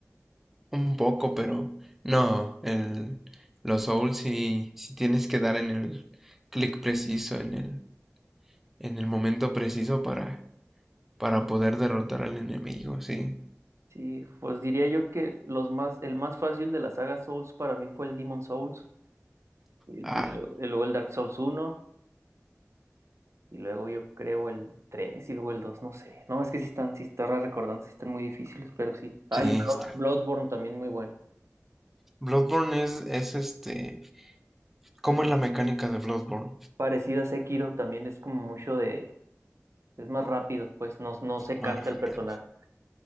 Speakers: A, in the centre; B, on the right.
A: Un poco, pero no, el los Souls sí, sí tienes que dar en el clic preciso, en el en el momento preciso para para poder derrotar al enemigo, sí.
B: Sí, pues diría yo que los más, el más fácil de la saga Souls para mí fue el Demon Souls. Y,
A: Ah,
B: y lo- y luego el Dark Souls uno y luego yo creo el tres y luego el 2 no sé. No, es que sí están, sí están recordando, sí están muy difíciles, pero sí. Ah,
A: sí,
B: y Blood-
A: está
B: Bloodborne también muy bueno.
A: Bloodborne es, es este. ¿Cómo es la mecánica de Bloodborne?
B: Parecido a Sekiro también es como mucho de... Es más rápido, pues no, no se
A: Más
B: cansa
A: rápido.
B: el personaje.